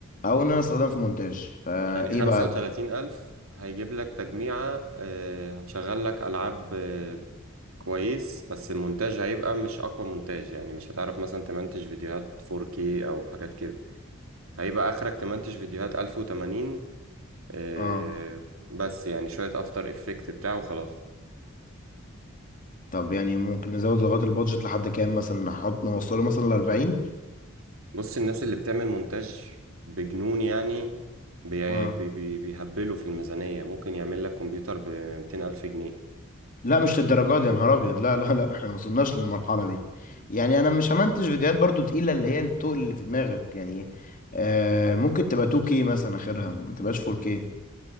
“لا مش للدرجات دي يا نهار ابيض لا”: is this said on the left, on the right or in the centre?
Left